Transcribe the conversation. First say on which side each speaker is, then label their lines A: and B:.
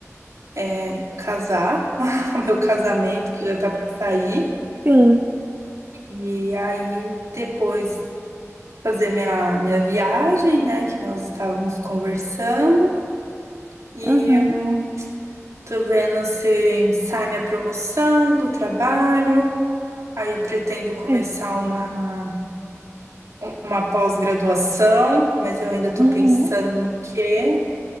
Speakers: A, on the right; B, on the right.
A: é, casar, <laughs> o meu casamento que já tá para sair,
B: Sim.
A: e aí depois fazer minha, minha viagem, né, que nós estávamos conversando, e
B: Uhum.
A: hum, tô vendo se sai minha promoção do trabalho, aí eu pretendo começar
B: É.
A: uma, uma pós-graduação, mas eu ainda tô
B: Uhum.
A: pensando no quê,